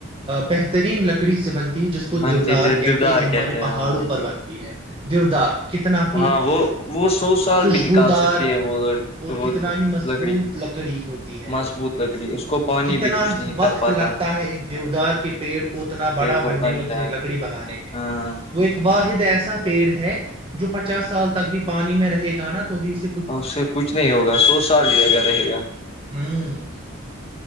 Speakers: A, on the right; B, on the left.
A: بہترین لکڑی سے بنتی جس کو
B: بنتے
A: دیو دار کہتے
B: دیودار
A: جو ہمارے
B: ہیں
A: پہاڑوں
B: ہاں
A: پر بنتی ہے دیودار کتنا ہی
B: ہاں وہ وہ سو سال
A: خوشبودار
B: بھی نکال سکتی ہے وہ لڑکی
A: اور
B: وہ
A: کتنا ہی مضبوط
B: لکڑی
A: لکڑی ہوتی ہے
B: مضبوط
A: وہ
B: لکڑی اس کو پانی
A: کتنا
B: بھی کچھ نہیں
A: وقت
B: کر پاتا
A: لگتا ہے ایک دیودار کے پیڑ کو اتنا
B: پیڑ
A: بڑا
B: کو
A: بننے
B: بن
A: میں اتنی
B: جائے
A: لکڑی بنانے میں
B: ہاں
A: وہ ایک واحد ایسا پیڑ ہے جو پچاس سال تک بھی پانی میں رہے گا نا تو بھی اس
B: اور اس سے کچھ نہیں ہوگا سو سال لیا گ رہے گا
A: ہوں